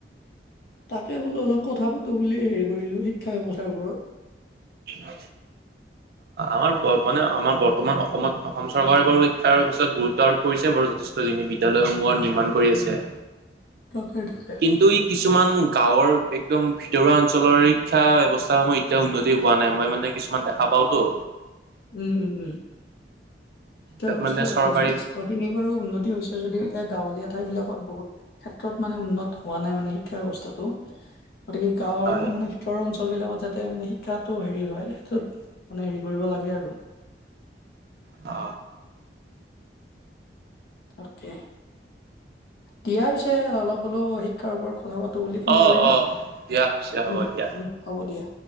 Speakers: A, on the left; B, on the right.
A: তাকে বোলো অলপ কথা পাতো বুলি হেৰি কৰিলো শিক্ষা ব্যৱস্থাৰ ওপৰত।
B: আ। আমাৰ মানে আমাৰ বৰ্তমান অসমত অসম চৰকাৰে বাৰু শিক্ষাৰ ব্যৱস্থাত গুৰুত্ব আৰোপ কৰিছে বাৰু যথেষ্টখিনি বিদ্যালয়সমূহৰ নিৰ্মাণ কৰি আছে।
A: সেইটোৱে
B: কিন্তু কিছুমান গাঁৱৰ একদম ভিতৰুৱা অঞ্চলৰ শিক্ষা ব্যৱস্থাসমূহ যেতিয়া উন্নতি হোৱা নাই মই মানে কিছুমান দেখা পাওতো
A: উম উম উম শিক্ষা
B: তাত
A: ব্যৱস্থাৰ
B: মানে চৰকাৰী
A: যথেষ্ট খিনি বাৰু উন্নতি হৈছে যদিও এতিয়া গাঁৱলীয়া ঠাই বিলাকত বহুত ক্ষেত্ৰত মানে উন্নত হোৱা নাই মানে শিক্ষা ব্য্য়ৱস্থাটো গতিকে গাঁৱৰ
B: হয়
A: মানে উত্তৰৰ অঞ্চল বিলাকত যাতে মানে শিক্ষাটো হেৰি হয় সেইটোত মানে হেৰি কৰিব লাগে আৰু। <unintelligible>
B: অ
A: অকে দিয়া পিছে অলপ হোলো শিক্ষাৰ ওপৰত কথা পাতো বুলি ফোন
B: অ' অ'
A: কৰিলো,
B: অ' দিয়া পিছে হ'ব
A: উম
B: দিয়া।
A: উম হ'ব দিয়া।